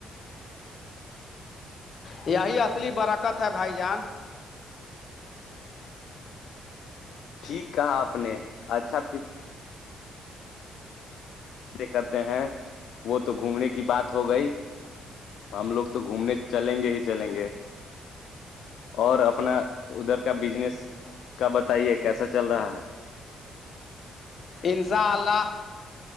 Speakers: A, on the left; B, on the left.
A: یہی اصلی برکت ہے بھائی جان
B: ٹھیک کہا آپ نے اچھا فی کرتے ہیں وہ تو گھومنے کی بات ہو گئی ہم لوگ تو گھومنے چلیں گے ہی چلیں گے اور اپنا ادھر کا بجنس کا بتائیے کیسا چل رہا ہے
A: انساء اللہ